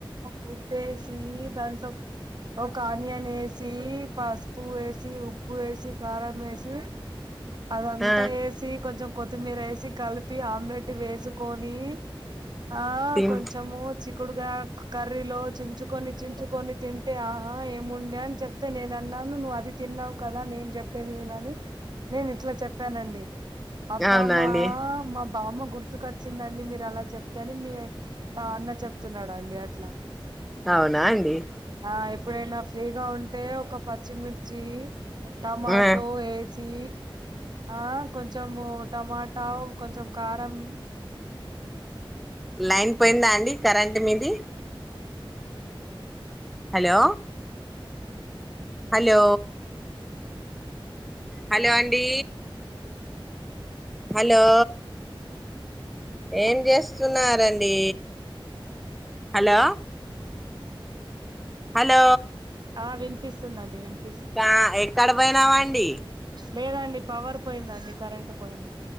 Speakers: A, on the right; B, in the centre.
A: గుడ్డేసి దాంట్లో ఒక ఆనియన్ ఏసి పసుపు వేసి ఉప్పు వేసి కారం వేసి అదంతా
B: ఆ
A: ఏసి కొంచెం కొత్తిమీర ఏసి కలిపి ఆమ్లెట్ వేసుకొని ఆ
B: తిన్
A: కొంచెము చి క్కుడుకాయ కర్రీలో చించుకొని చించుకొని తింటే ఆహ ఏముండే అని చెప్ అతే నేను అన్నాను నువ్వు అది తిన్నావు కదా నేను చెప్పేది వినని, నేను ఇట్లా చెప్పానండి అబ్బామ్మా
B: అవునా అండి
A: మా బామ్మ గుర్తుకొచ్చు, వచ్చిందండి మీరు అలా చెప్తే అని మీ త అన్న చెప్తున్నాడండి అట్లా,
B: అవునా అండి
A: ఆ ఎప్పుడైనా ఫ్రీగా ఉంటే ఒక పచ్చిమిర్చి, టమాటో
B: ఆ
A: ఏసి, ఆ కొంచము టమాటా కొంచెం కారం,
B: లైన్ పోయిందా అండి కరెంట్ మీది, హలో, హలో, హలో ఆండీ హలో, ఏం చేస్తున్నారండి హలో, హలో,
A: ఆ వినిపిస్తుందండి విన్పి,
B: గా ఎక్కడ పోయినావా అండి,
A: లేదండి పవర్ పోయిందండి కరెంట్ పోయింద,